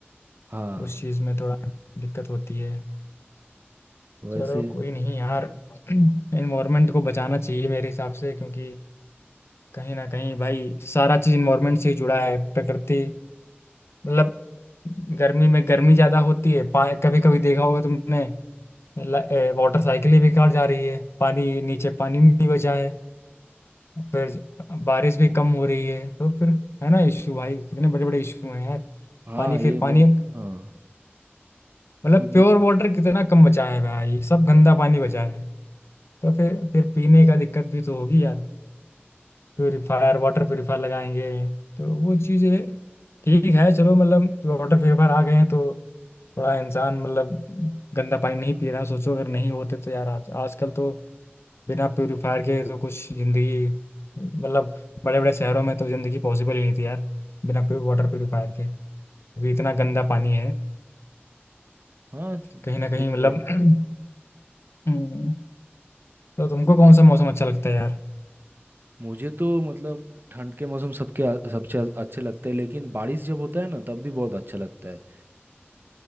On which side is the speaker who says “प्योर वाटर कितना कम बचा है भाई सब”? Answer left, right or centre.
Left